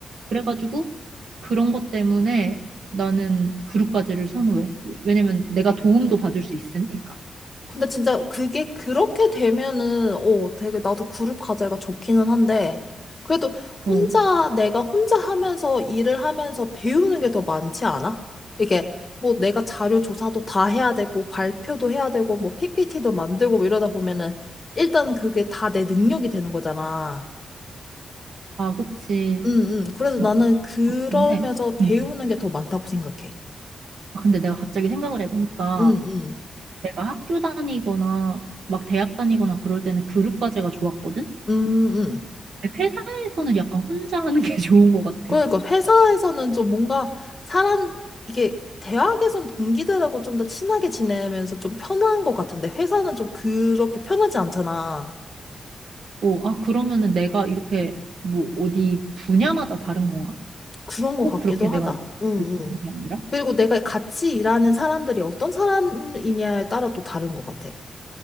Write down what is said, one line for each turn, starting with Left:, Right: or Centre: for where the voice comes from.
Right: 그래가지고 그런 것 때문에 나는 그룹 까지를 선호해. 왜- 왜냐면 내가 도움도 받을 수 있으니까.
Left: 근데 진짜 그게 그렇게 되면은, 어, 되게 나도 그룹 과제가 좋기는 한데, 그래도
Right: 어.
Left: 혼자, 내가 혼자 하면서 일을 하면서 배우는 게 더 많지 않아? 이게 뭐 내가 자료 조사도 다 해야 되고, 발표도 해야 되고, 뭐 PPT도 만들고 뭐 이러다 보면은, 일단 그게 다 내 능력이 되는 거잖아.
Right: 아, 그치.
Left: 응, 응. 그래서
Right: 막,
Left: 나는 그러면서
Right: 아, 근데,
Left: 배우는
Right: 음.
Left: 게 더 많다고 생각해.
Right: 아, 근데 내가 갑자기 생각을 해보니까
Left: 응, 응.
Right: 내가 학교 다니거나 막 대학 다니거나 그럴 때는 그룹 과제가 좋았거든?
Left: 응, 응.
Right: 근데 회사에서는 약간 혼자 하는 게 <laughs> 좋은 것 같아.
Left: 그러니까 회사에서는 좀 뭔가 사람 이게 대학에선 동기들하고 좀 더 친하게 지내면서 좀 편한 것 같은데 회사는 좀 그렇게 편하지 않잖아.
Right: 어, 아, 그러면은 내가 이렇게 뭐 어디 분야마다 다른 건가?
Left: 그런 것
Right: 꼭
Left: 같기도
Right: 그렇게 내가
Left: 하다. 응, 응.
Right: 그런 게 아니라?
Left: 그리고 내가 같이 일하는 사람들이 어떤 사람이냐에 따라 또 다른 것 같아.